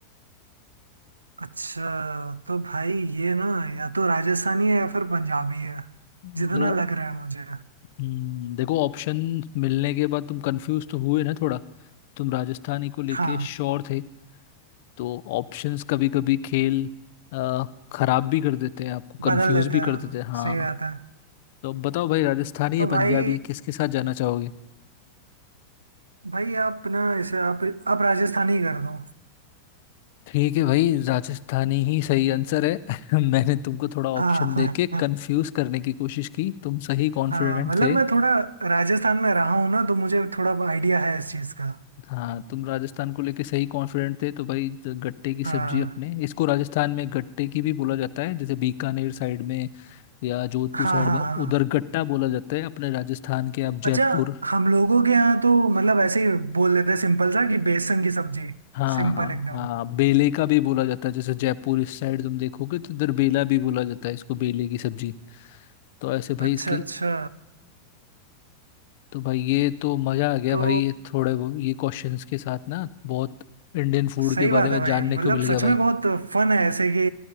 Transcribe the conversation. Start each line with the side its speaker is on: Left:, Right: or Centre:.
Right: अच्छा तो भाई ये ना या तो राजस्थानी है या फिर पंजाबी है
Left: मतलब,
Right: जितना लग रहा है मुझे
Left: हम्म, देखो ऑप्शन मिलने के बाद तुम कंफ्यूज तो हुए ना थोड़ा तुम राजस्थानी को लेके
Right: हाँ
Left: श्योर थे तो ऑप्शंस कभी कभी खेल अ, खराब भी कर देते हैं आपको
Right: बदल
Left: कंफ्यूज
Right: लेते
Left: भी
Right: हैं
Left: कर देते हैं हाँ
Right: सही बात है
Left: तो अब बताओ भाई राजस्थानी
Right: तो
Left: या पंजाबी
Right: भाई
Left: किसके साथ जाना चाहोगे
Right: भाई आप ना इसे आप आप राजस्थानी कर दो
Left: ठीक है भाई राजस्थानी ही सही आंसर है <laughs> मैंने तुमको थोड़ा ऑप्शन
Right: हाँ
Left: देके कंफ्यूज
Right: <laughs>
Left: करने की कोशिश की तुम सही कॉन्फिडेंट
Right: हाँ मतलब
Left: थे
Right: मैं थोड़ा राजस्थान में रहा हूँ ना तो मुझे थोड़ा आइडिया है इस चीज़ का
Left: हाँ तुम राजस्थान को लेके सही कॉन्फिडेंट थे तो भाई ज- गट्टे की सब्जी
Right: हाँ
Left: अपने इसको राजस्थान में गट्टे की भी बोला जाता है जैसे बीकानेर साइड में या जोधपुर
Right: हाँ
Left: साइड
Right: हाँ
Left: में
Right: हाँ
Left: उधर गट्टा बोला जाता है अपने राजस्थान के अब
Right: अच्छा
Left: जयपुर
Right: हम लोगों के यहाँ तो मतलब ऐसे ही बोल देते हैं सिंपल सा कि बेसन की सब्जी
Left: हाँ
Right: सिंपल एकदम
Left: हाँ बेले का भी बोला जाता है जैसे जयपुर इस साइड तुम देखोगे तो इधर बेला भी बोला जाता है इसको बेले की सब्जी तो ऐसे भाई
Right: अच्छा
Left: इसकी
Right: अच्छा
Left: तो भाई ये तो मजा आ गया
Right: तो
Left: भाई ये थोड़े वो- ये क्वेश्चंस के साथ ना बहुत इंडियन फूड
Right: सही
Left: के बारे
Right: बात
Left: में
Right: है भाई
Left: जानने
Right: मतलब
Left: को मिल गया
Right: सच
Left: भाई
Right: में बहुत फन है ऐसे कि